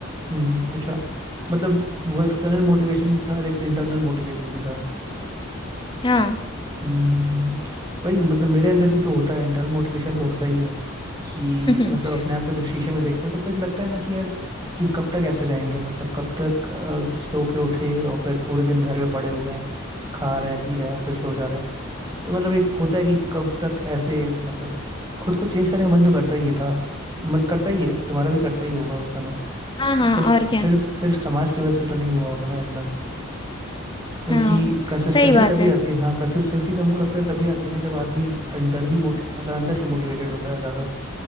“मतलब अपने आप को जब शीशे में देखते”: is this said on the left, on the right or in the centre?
Right